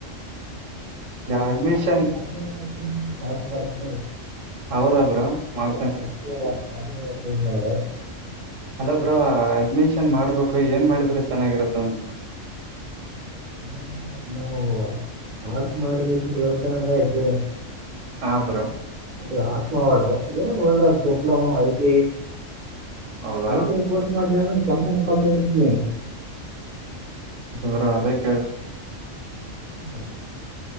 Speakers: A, on the right; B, on the right.
A: ಯಾವ ಅಡ್ಮಿಷನ್
B: ಖ ಖಿ ಕಾಸು ಬರ್ತಖ
A: ಹೌದ ಬ್ರೋ ಮಾಡ್ತೇನೆ
B: ಹ ಮಾಡ
A: ಅಲ್ಲಬ್್ರ ಅಡ್ಮನ್ ನ್ ಮಾಡ್ಬೇಕು ಏನ್ ಮಾಡಿದ್ರೆ ಚೆನ್ನಾಗಿರುತ್ತ ಅಂತ
B: ನ ನಾವು <unintelligible> ಆಳ್ಸ ಮಾಡಿಬೇಕಂದ ಹಲ್ತನಾಂಗ ಆಯ್ತೆ
A: ಹಾ ಬ್ರೋ
B: ಅದು ಆತ್ಮವಡು ಏನ್ ಒಳ್ಳದು ಡಿಪ್ಲೊಮಾ ಐತಿಐ
A: ಹೌದಾ
B: ಆಯ್ತ ಕೋರ್ಸ್ ಮಾಡ್ರ ಅಂಗ ಕೆಲ್ಸನ ಕಲ್ತಗಡ್ತೀನಿ
A: ಹರ ಅದಕ್ಕೆ
B: ಮಾಡ